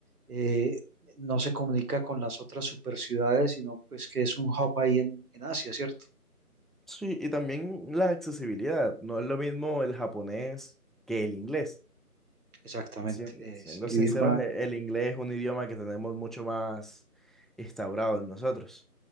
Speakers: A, on the right (about 70°); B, in the centre.
A: eh, no se comunica con las otras super ciudades, sino pues que es un hub ahí en en Asia, ¿cierto?
B: Sí, y también la accesibilidad. No es lo mismo el japonés que el inglés.
A: Exactamente,
B: Sien- Siendo
A: es el
B: sinceros,
A: idioma,
B: e- el inglés es un idioma que tenemos mucho más instaurado en nosotros.